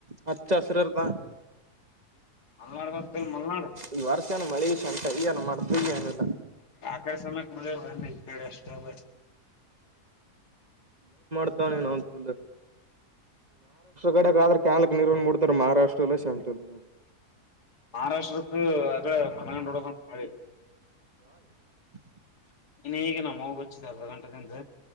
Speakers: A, on the right; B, on the left.
A: ಹತ್ತು ಹತ್ರಿರದ
B: ಮಲ್ನಾಡ್ ಗೊತ್ತಿಲ್ ಮಲ್ನಾಡ್
A: ಈ ವರ್ಷನು ಮಳಿ ಶಂಂತ ಈಏನು ಮಾಡತ ಏನಿಲ್ಲ
B: ಅಡೆ ಸಲ್ಲ ಮ ಇಡೆ ಅಷ್ಟ ಬ.
A: ಹ್ಮ್ಮಾರ. ಕಡೆಗ ಆದ್ರೆ ಕಾಲಕ್ ನೀರನ್ನು ಮೂಡ್ತಾರೆ ಮಹಾರಾಷ್ಟ್ರ ಅಲ್ಲ ಸೆಂಟ್ರಲ್ ನೀರು.
B: ಮಹಾರಾಷ್ಟ್ರಕ ಅ ಮನಗಂಡೋಡದ ಮಳೆ.
A: <unintelligible>
B: ಇನ್ನು ಈಗ ನಮ್ಮಗಚ್ಚಿದೆ ಅರ್ಧ ಗಂಟೆದಿಂದ.